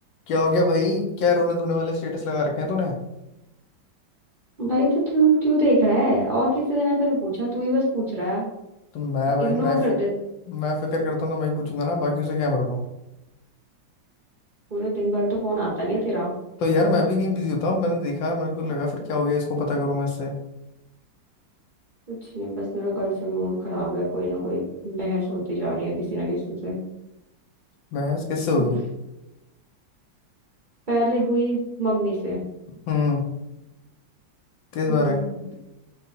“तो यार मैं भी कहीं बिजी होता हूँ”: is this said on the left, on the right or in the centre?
Left